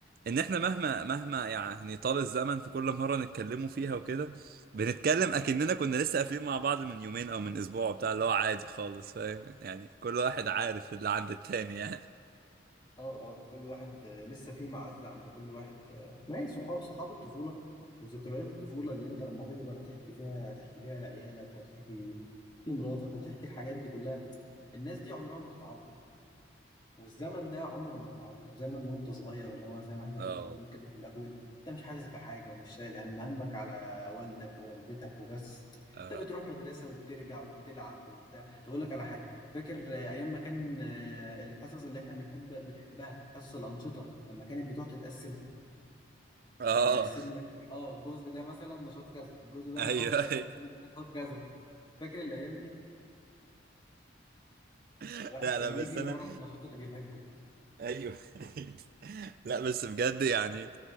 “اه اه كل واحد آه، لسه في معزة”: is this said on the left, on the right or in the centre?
Left